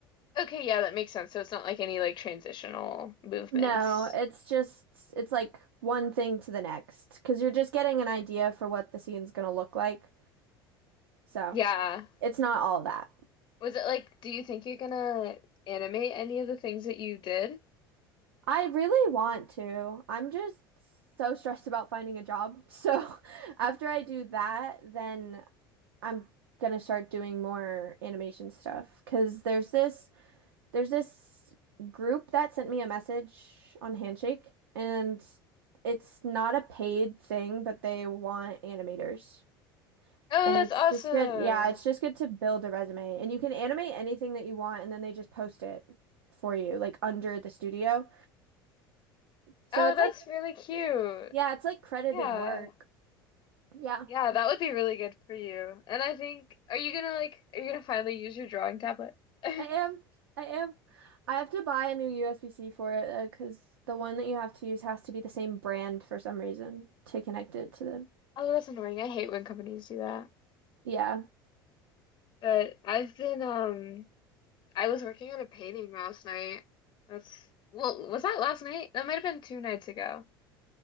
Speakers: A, on the left; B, on the right.
A: Okay, yeah, that makes sense. So it's not like any like transitional movements.
B: No, it's just it's like one thing to the next because you're just getting an idea for what the scene's gonna look like. So
A: Yeah.
B: it's not all that.
A: Was it like, do you think you're gonna animate any of the things that you did?
B: I really want to. I'm just so stressed about finding a job. So <laughs> after I do that, then I'm gonna start doing more animation stuff. 'Cause there's this there's this group that sent me a message on Handshake, and it's not a paid thing, but they want animators.
A: Oh,
B: And
A: that's
B: it's
A: awesome.
B: just good. Yeah, it's just good to build a resume. And you can animate anything that you want, and then they just post it for you, like under the studio. So
A: Oh,
B: it's
A: that's
B: like
A: really cute.
B: Yeah, it's like credited
A: Yeah.
B: work. Yeah,
A: Yeah, that would be really good for you. And I think, are you gonna like, are you gonna finally use your drawing tablet? <laughs>
B: I am. I am. I have to buy a new USB-C for it uh 'cause because the one that you have to use has to be the same brand for some reason to connect it to the.
A: Oh, that's annoying. I hate when companies do that.
B: Yeah.
A: But I've been, um, I was working on a painting last night. That's, well, was that last night? That might have been two nights ago.